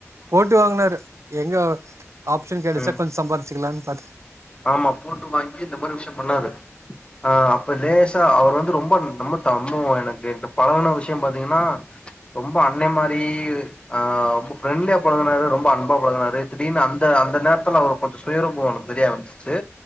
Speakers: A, on the right; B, on the left.
A: போட்டு வாங்னாரு எங்க ஆப்ஷன் கெடச்சா
B: ம்
A: கொஞ்ச சம்பாரிச்சுக்லான் பாத்து
B: ஆமா போட்டு வாங்கி இந்த மாரி விஷ்யோ பண்ணாரு ஆ அப்ப லேசா அவர் வந்து ரொம்போ ரொம்போ தம்மோ எனக்கு இந்த பலகன விஷ்யோ பாத்தீங்னா ரொம்போ அண்ணே மாரி ஆ ரொம்போ ப்ரெண்ட்லியா பழகுனாரு ரொம்போ அன்பா பழகுனாரு திடீனு அந்த அந்த நேரத்துல அவுரு கொஞ்சோ சுயரூபோ எனுக்கு தெரிய ஆரம்பிச்சிச்சு